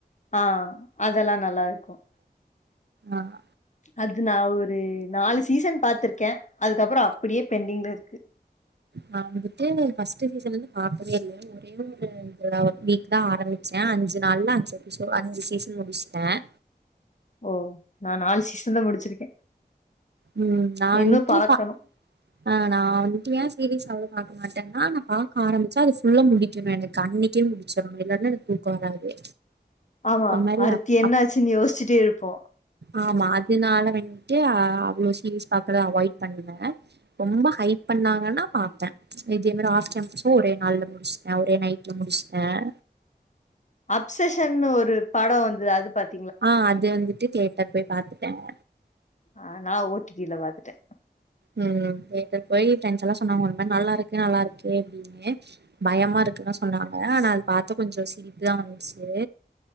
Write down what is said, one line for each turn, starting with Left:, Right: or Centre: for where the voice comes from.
Left: ஆஹ் அதெல்லாம் நல்லா இருக்கும்
Right: ஆஹ்
Left: அது நான் ஒரு நாலு சீசன் பாத்துருக்கேன் இருக்கேன் அதுக்கப்புறம் அப்படியே பெண்டிங்ல இருக்கு
Right: நான் வந்துட்டு பர்ஸ்ட் சீசன் இருந்து பாரக்கவே இல்லை ஒரே ஒருட வீக் தான் ஆரம்பிச்சேன் அஞ்சு நாள்ல அஞ்சு எசோ அஞ்சு சீசன் முடிச்சட்டேன்
Left: <inaudible> நான் நாலு சிஷ தான் முடிச்சிருக்கேன்
Right: உம் நான்
Left: இன்னும்
Right: வந்துட்டுப்ப
Left: பாக்கணும்.
Right: ஆஹ் நான் வந்துட்டு ஏன் சீரிஸ் அவ்வளவு பார்க்க மாட்டேன்னா நான் ப பாக ஆரிச்ச அது ல்ல முடிக்கணும் எனக்கு அன்னைக்கே முடிச்சிடும் இல்லலைன்னா எனக்கு ஊக்கம் வராது
Left: ஆமா
Right: ஒரு மாரி
Left: அறுத்தி
Right: அப்
Left: என்ன
Right: அப்
Left: ஆச்சுன்னு யோசிச்சுட்டே இருப்போம்
Right: ஆமா அதனால வந்துட்டு அவ்வளோக்ஷ சீரியஸ் பாகறத அவாய்ட் பண்ணுவேன் ரொம்ப ஹைக் பண்ணாங்கன்னா பாார்ப்பேன் இதே மாதிரி ஆ ஒரே நாள்ல முடிச்சுட்டேன் ஒரே நைட்ல முடிச்சுட்டேன்
Left: அப்செஷன்னு ஒரு படம் வந்தது அது பத்தி
Right: ஆஹ் அது வந்து கேட்ட போய் பாத்துட்டேன்
Left: ஆஹ் நான் ஓடிடில பாத்துட்டேன்
Right: உம் வீட்டுக்கு போய் ஃப்ரெண்ட்ஸ் எல்லாம் சொன்னாங்க உண்மை நல்லா இருக்கு நல்லா இருக்கு அப்படின்னு பயமா இருக்குன்னு சொன்னாங்க ஆனா அதை பாத்து கொஞ்சம் சிரிப்புதான் வந்துச்சு